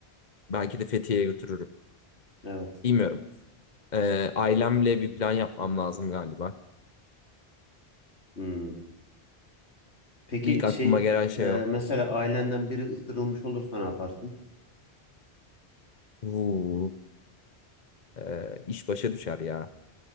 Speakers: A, on the left (about 45°); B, on the left (about 85°).
A: Belki de Fethiye'ye götürürüm.
B: Evet.
A: Bilmiyorum. Ee, ailemle bir plan yapmam lazım galiba.
B: Hmm. Peki
A: İlk aklıma
B: şey
A: gelen şey
B: e,
A: o.
B: mesela ailenden biri ısırılmış olursa ne yaparsın?
A: Vuu, ee, iş başa düşer ya.